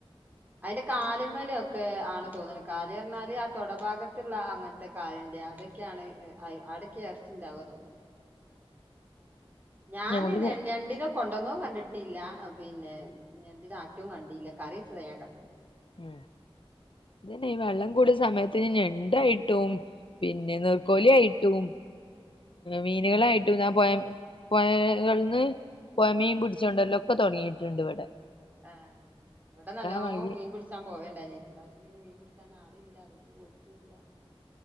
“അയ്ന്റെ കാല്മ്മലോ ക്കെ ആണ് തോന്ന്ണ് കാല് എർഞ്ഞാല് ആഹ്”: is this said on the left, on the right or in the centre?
Right